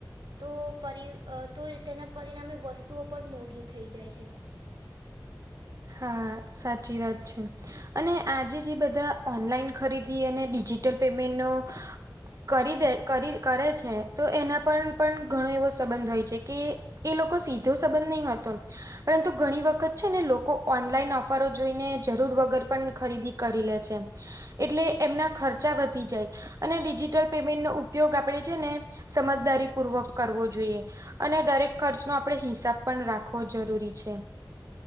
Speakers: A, on the right; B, on the right.
A: તો પરિ તો તેના પરિણામે વસ્તુઓ પણ મોઘી થઈ જાય છે.
B: હા સાચી વાત છે. અને આજે જે બધા ઓનલાઈન ખરીદી અને ડિજિટલ પેમેન્ટનો કરી દે કરી કરે છે તો એના પર પણ પણ ઘણો એવો સંબંધ હોય છે કે એ લોકો સીધો સંબંધ નહી હતો પરંતુ ઘણી વખત છે ને લોકો ઓનલાઈન ઓફરો જોઈને જરૂર વગર પણ ખરીદી કરી લે છે. એટલે એમના ખર્ચા વધી જાય. અને ડિજિટલ પેમેન્ટ નો ઉપયોગ આપે છે ને સમજદારી પૂર્વક કરવો જોઈએ. અને દરેક ખર્ચ નો આપણે હિસાબ પણ રાખવો જરૂરી છે.